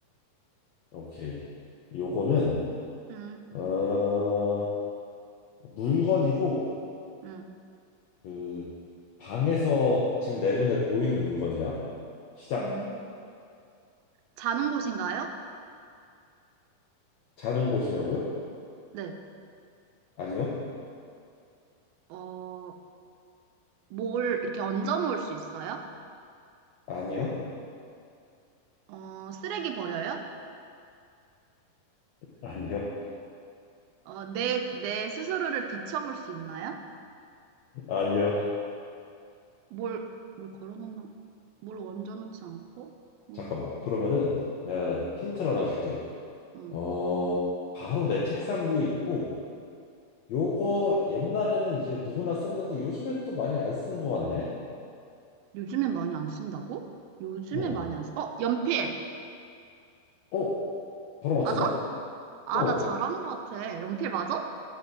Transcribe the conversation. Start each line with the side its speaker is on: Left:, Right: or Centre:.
Left: 오케이. 요거는
Right: 음,
Left: 어, 물건이고
Right: 음,
Left: 그 방에서 지금 내 눈에 보이는 물건이야. 시작.
Right: 음. 자는 곳인가요?
Left: 자는 곳이냐고요?
Right: 네.
Left: 아니요.
Right: 어, 뭘 이렇게 얹어 놓을 수 있어요?
Left: 아니요.
Right: 어, 쓰레기 버려요?
Left: 아니요.
Right: 어, 내, 내 스스로를 비춰볼 수 있나요?
Left: <laughs> 아니요.
Right: 뭘, 뭘 걸어 놓는, 뭘 얹어 놓지 않고? 그러면,
Left: 잠깐만. 그러면은 내가
Right: 음,
Left: 힌트를 하나 줄게.
Right: 음.
Left: 어, 바로 내 책상 위에 있고 요거 옛날에는 이제 누구나 썼는데 요즘엔 또 많이 안 쓰는 것 같네.
Right: 요즘엔 많이 안 쓴다고? 요즘에
Left: 어.
Right: 많이 안 쓰, 어, 연필!
Left: 어, 바로 맞췄네?
Right: 맞아? 아,
Left: 어.
Right: 나 잘하는 것 같아. 연필 맞아?